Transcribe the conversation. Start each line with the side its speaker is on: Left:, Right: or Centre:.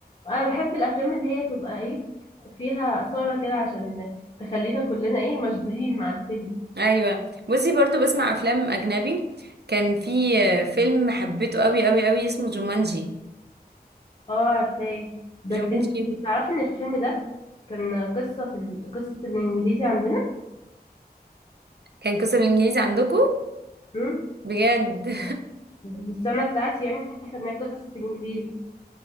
Left: انا بحب الافلام اللي هي تبقى ايه فيها اثاره كده عشان تخلينا كلنا ايه مشدودين مع الفيلم
Right: ايوه بصي برضو بسمع افلام اجنبي كان في آه، فيلم حبيته قوي قوي قوي اسمه جومانجي
Left: اه عارفاه ده
Right: جومانجي
Left: ك- انت تعرفي ان الفيلم ده كان قصة في ال... قصة الانجليزي عندنا
Right: كان قصة بالانجليزي عندكم
Left: امم
Right: بجد <laughs>
Left: في السنة بتاعتي يعني خدنا قصة انجليزي